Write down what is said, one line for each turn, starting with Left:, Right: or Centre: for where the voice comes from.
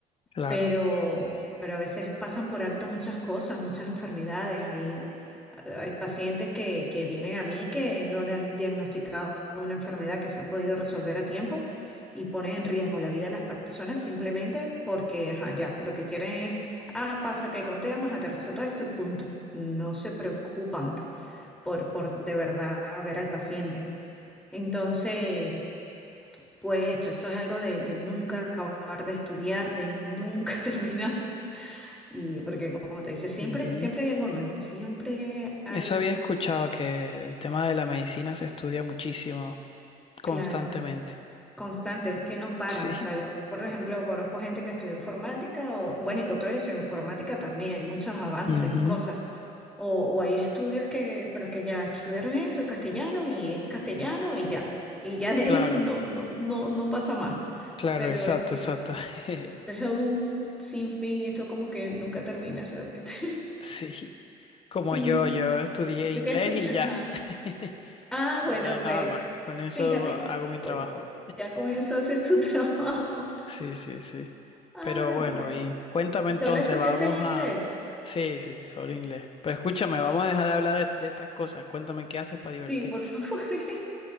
Left: Claro.
Centre: pero, pero a veces pasan por alto muchas cosas, muchas enfermedades. Hay, hay pacientes que, que vienen a mí que no le han diagnosticado una enfermedad que se ha podido resolver a tiempo y pone en riesgo la vida de las personas simplemente porque, ajá, ya, lo que quieren es, ah, pasa que, ¿cómo te llamas? Aterrizo todo esto y punto. No se preocupan por, por de verdad ver al paciente. Entonces, pues esto, esto es algo de, de nunca acabar de estudiar, de nunca <laughs> terminar y porque como te decía, siempre,
Left: Ujú.
Centre: siempre hay algo nuevo, siempre hay,
Left: Eso había escuchado que el tema de la medicina se estudia muchísimo, constantemente.
Centre: claro,
Left: <laughs>
Centre: constante, es que no para.
Left: Sí.
Centre: O sea, yo, por ejemplo, conozco gente que estudió informática, o, bueno, y con todo eso, informática también, hay muchos avances
Left: Ujú.
Centre: y cosas. O, o hay estudios que, pero que ya estudiaron esto, castellano, y es castellano, y ya. Y ya de ahí
Left: Claro,
Centre: no, no, no, no pasa más.
Left: claro,
Centre: Pero
Left: exacto,
Centre: es- es-
Left: exacto. <laughs>
Centre: esto es un sinfín, esto como que nunca termina realmente. <laughs>
Left: Sí. Como
Centre: Sí,
Left: yo, yo estudié
Centre: ¿tú
Left: inglés
Centre: qué estudias?
Left: y
Centre: Ajá.
Left: ya. <laughs>
Centre: Ah,
Left: Y
Centre: bueno,
Left: ya nada
Centre: ve,
Left: más. Con eso
Centre: fíjate,
Left: hago mi trabajo.
Centre: con- ya con eso haces tu <laughs> trabajo.
Left: Sí, sí, sí.
Centre: Ay,
Left: Pero bueno,
Centre: ya.
Left: bien. Cuéntame
Centre: ¿Y
Left: entonces,
Centre: ¿Solo estudiaste
Left: vamos
Centre: inglés?
Left: a... Sí, sí, solo inglés. Pero escúchame, vamos a dejar de hablar de, de estas cosas. Cuéntame qué haces para
Centre: Sí,
Left: divertirte.
Centre: por favor. <laughs>